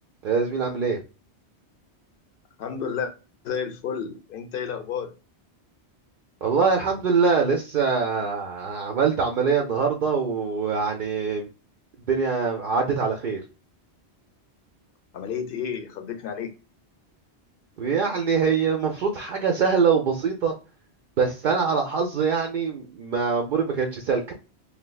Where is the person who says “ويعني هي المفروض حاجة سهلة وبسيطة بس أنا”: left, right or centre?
Right